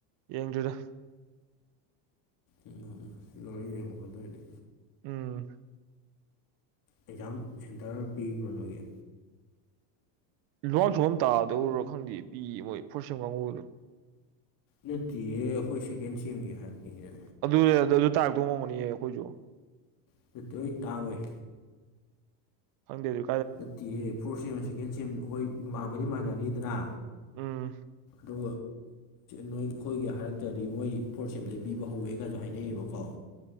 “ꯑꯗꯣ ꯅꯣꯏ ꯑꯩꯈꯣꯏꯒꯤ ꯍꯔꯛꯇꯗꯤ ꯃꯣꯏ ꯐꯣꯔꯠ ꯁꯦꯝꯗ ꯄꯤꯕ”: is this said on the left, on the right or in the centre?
Left